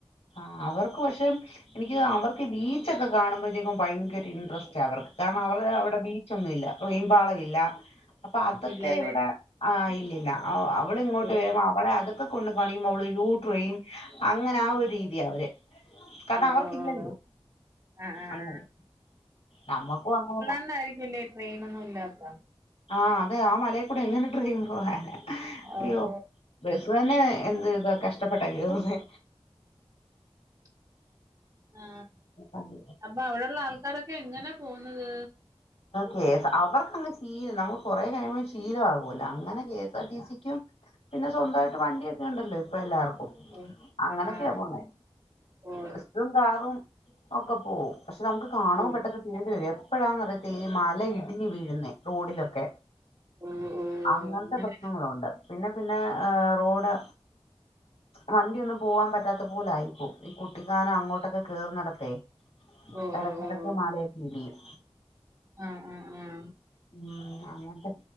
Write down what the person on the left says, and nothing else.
ആ അവർക്ക് പക്ഷെ എനിക്ക് അവർക്ക് ബീച്ചൊക്കെ കാണുമ്പോഴത്തേക്കും ഭയങ്കര ഇൻട്രസ്റ്റാ അവർക്ക് കാരണം അവര് അവിടെ ബീച്ചൊന്നുമില്ലാ റെയിൻ പാളമില്ലാ അപ്പൊ അതൊക്കെ
ഇവിടെ ആഹ് ഇല്ലില്ലാ അവളിങ്ങോട്ട്
വരുമ്പ അവളെ അതൊക്കെ കൊണ്ട് കാണിക്കുമ്പോ അവള് അയ്യോ ട്രയിൻ അങ്ങനെ ആ ഒരു രീതിയാ അവര് കാരണം
അവർക്കില്ലല്ലോ
അങ്ങനെ
നമ്മുക്കും അങ്ങനെ
ആഹ് അതെ ആ മലേൽക്കൂടെ എങ്ങനെ ട്രെയിൻ പോകാനാ
അയ്യോ ബസ് തന്നെ എന്ത് ഇതാ കഷ്ടപ്പെട്ടാ കേറുന്നേ
ഉം
കേസ് അവർക്കങ്ങ് ശീലം നമുക്ക് കൊറേ കഴിയുമ്പോ ശീലമാകോലാ അങ്ങനെ കേ ടി സിക്കും പിന്നെ സ്വന്തമായിട്ട് വണ്ടിയൊക്കെ ഉണ്ടല്ലോ ഇപ്പൊ എല്ലാവർക്കും
അങ്ങനൊക്കെയ
പോവുന്ന്
ബസും കാറും ഒക്കെ പോവും പക്ഷെ നമുക്ക് കാണാം
പെട്ടെന്ന് ഇത് എപ്പഴാന്ന് അറിയത്തില്ല ഈ മല ഇടിഞ്ഞ് വീഴുന്നേ റോഡിലൊക്കെ
അങ്ങനത്തെ
പ്രശ്നങ്ങളുംണ്ട് പിന്നെ പിന്നെ ഏഹ് റോഡ് വണ്ടിയൊന്നും പോവാൻ പറ്റാത്ത പോലായിക്കും ഈ കുട്ടിക്കാനം അങ്ങോട്ടൊക്കെ കേറുന്നെടത്തേ
എടക്കിടക്ക്
മലക്കെ ഇടിയും
ഉം അങ്ങനത്തെ